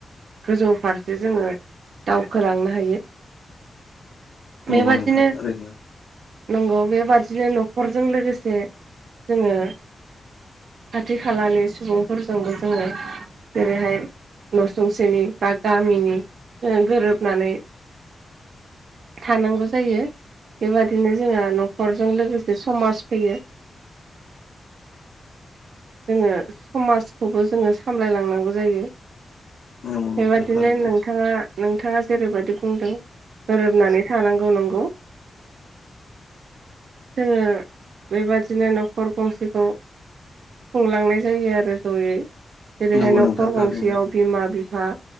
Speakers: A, on the right; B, on the left.
A: गोजौ फारसे जोङो दावखोलांनो हायो
B: नंगौ
A: बेबादिनो
B: नोंथां थारैनो
A: नंगौ बेबादिनो न खरजों लोगोसे जोङो खाथि खालानि सुबुंफोरजोंबो जोङो जेरैहाय न' संसेनि बा गामिनि ओ गोरोबनानै थानांगौ जायो बेबादिनो जोंहा न'खरजों लोगोसे समाज बेयो जोङो समाजखौबो जोङो सामलायलांनांगौ जायो
B: नंगौ नोंथां
A: बेबादिनो
B: थारैनो
A: नोंथाङा नोंथाङा जेरैबायदि बुंदों गोरोबनानै थानांगौ नंगौ जोङो बेबादिनो न'खर गंसेखौ खुंलांनाय जायो आरो जयै जेरैहाय
B: नंगौ
A: न'खर
B: नोंथां
A: गंसेयाव
B: थारैनो
A: बिमा-बिफा